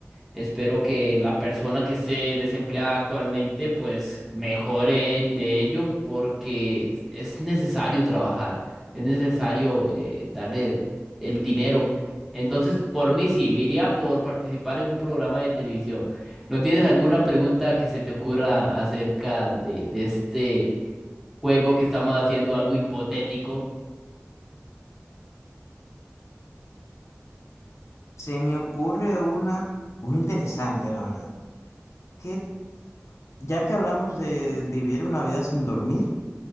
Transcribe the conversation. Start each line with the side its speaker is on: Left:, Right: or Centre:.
Centre: Espero que la persona que esté desempleada actualmente pues mejore de ello porque es necesario trabajar, es necesario eh, darle el, el dinero. Entonces, por mí sí, me iría por participar en un programa de televisión. ¿No tienes alguna pregunta que se te ocurra acerca de, de este juego que estamos haciendo, algo hipotético?
Left: Se me ocurre una, una interesante, la verdad. Que ya que hablamos de vivir una vida sin dormir,